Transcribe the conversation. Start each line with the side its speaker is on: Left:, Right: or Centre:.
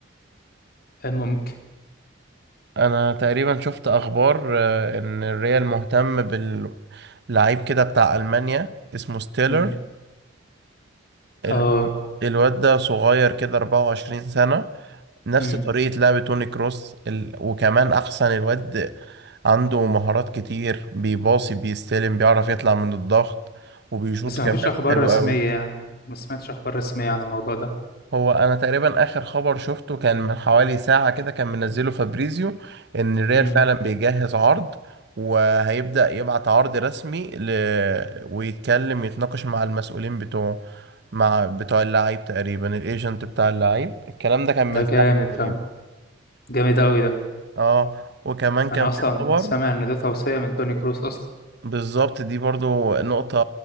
Left: آه، ممكن
Right: انا تقريبا شفت اخبار آه، ان الريال مهتم بال لعيب كده بتاع ألمانيا اسمه ستيلر
Left: مم.
Right: الو-
Left: اه
Right: الواد ده صغير كده 24 سنة نفس
Left: مم.
Right: طريقة لعب توني كروس ال... وكمان أحسن الواد عنده مهارات كتير بيباصي بيستلم بيعرف يطلع من الضغط وبيشوط
Left: بس ما
Right: كمان
Left: فيش أخبار
Right: حلو
Left: رسمية
Right: قوي
Left: يعني ما سمعتش أخبار رسمية عن الموضوع ده
Right: هو انا تقريبا اخر خبر شفته كان من حوالي ساعة كده كان منزله فابريزيو ان الريال
Left: مم.
Right: فعلا بيجهز عرض وهيبدأ يبعت عرض رسمي ل... ويتكلم يتناقش مع المسؤولين بتوعه مع بتوع اللعيب تقريبا الايجنت بتاع اللعيب الكلام ده كان من
Left: ده
Right: ساعة
Left: جامد
Right: تقريبا
Left: ده جامد أوي ده
Right: اه وكمان كان
Left: أنا
Right: في
Left: أصلا
Right: خبر
Left: سامع إن ده توصية من توني كروس أصلا
Right: بالظبط دي برضو نقطة